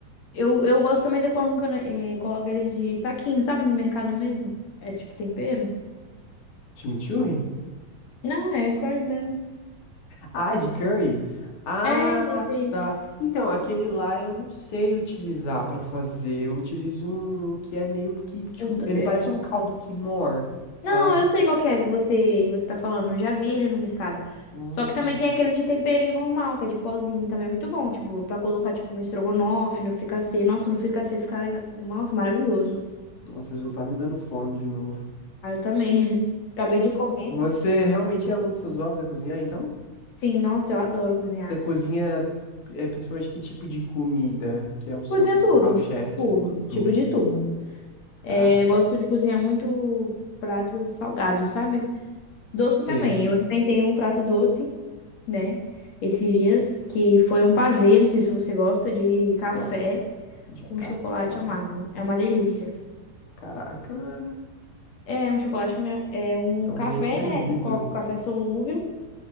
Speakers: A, on the left (about 60°); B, on the left (about 75°).
A: Eu, eu gosto também da quando quando, eh, coloca eles de saquinho, sabe? No mercado mesmo. É tipo tempero?
B: Chimichurri?
A: Não, é corn mesmo.
B: Ah, de curry? Ah,
A: É, entendi.
B: tá. Então, aquele lá eu não sei utilizar pra fazer. Eu utilizo um que é meio que... tchum-
A: Puta,
B: Ele
A: é-
B: parece um caldo quinoa, sabe?
A: Não, eu sei qual que é que você, que você tá falando. Eu já vi ele no mercado.
B: Hum,
A: Só que também tem aquele de temperinho normal, que é de pozinho. Também é muito bom, tipo, pra colocar, tipo, no estrogonofe, no fricassê. Nossa, no fricassê fica... exa- Nossa, maravilhoso.
B: nossa, já tá me dando fome de novo.
A: Ah, eu também. <laughs> Acabei de comer.
B: Você realmente é um dos seus hobbies a cozinhar, então?
A: Sim, nossa, eu adoro cozinhar.
B: Você cozinha é, principalmente que tipo de comida que é o seu
A: Cozinha tudo.
B: carro-chefe?
A: Tudo.
B: Tudo.
A: Tipo de tudo.
B: Caraca.
A: É, eu gosto de cozinhar muito prato salgado, sabe? Doce
B: Você
A: também. Eu inventei um prato doce, né? Esses dias, que foi um pavê, não sei se você gosta, de café
B: gosta de
A: com
B: café?
A: chocolate amargo. É uma delícia.
B: Caraca, velho.
A: É um chocolate com... mel- É um
B: Tão
A: café,
B: bem servido.
A: né? Aí Tu coloca o café solúvel,